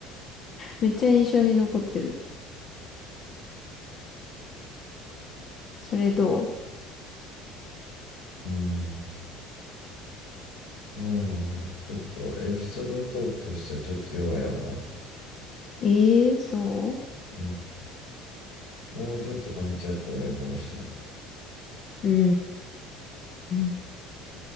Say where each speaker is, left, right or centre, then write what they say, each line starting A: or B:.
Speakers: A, on the left; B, on the left.
A: めっちゃ印象に残ってる。それどう
B: うんもうちょっとエピソードトークとしてはちょっと弱いわな。
A: ええー、そ
B: うん、もうちょっとパンチあってもいいかもしれん。
A: ううーん。